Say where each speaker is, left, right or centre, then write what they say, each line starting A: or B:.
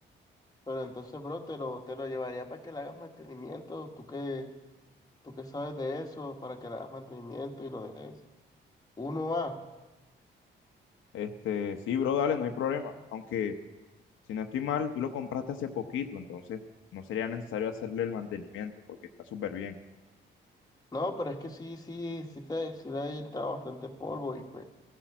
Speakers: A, on the left; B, on the left.
A: Pero entonces, bro, te lo, te lo llevaría para que le hagas mantenimiento. Tú que, tú que sabes de eso, para que le hagas mantenimiento y lo dejes. Uno a
B: Este, sí, bro, dale, no hay problema. Aunque, si no estoy mal, tú lo compraste hace poquito, entonces no sería necesario hacerle el mantenimiento porque está súper bien.
A: No, pero es que sí, sí, sí, se- sí, le ha entrado bastante polvo y pues,